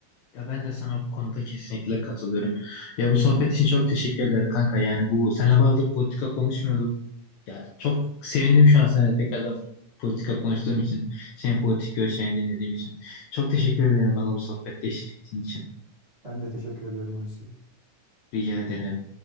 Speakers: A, on the left (about 80°); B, on the right (about 75°).
A: Ya ben de sana bu konuda kesinlikle katılıyorum. Ya bu sohbet için çok teşekkür ederim kanka. Yani bu seninle bayağıdır politika konuşmuyorduk. Ya çok sevindim şu an seninle tekrardan politika konuştuğum için. Senin politik görüşlerini dinlediğim için. Çok teşekkür ederim bana bu sohbette eşlik ettiğin için.
B: Ben de teşekkür ediyorum Hulusi.
A: Rica ederim.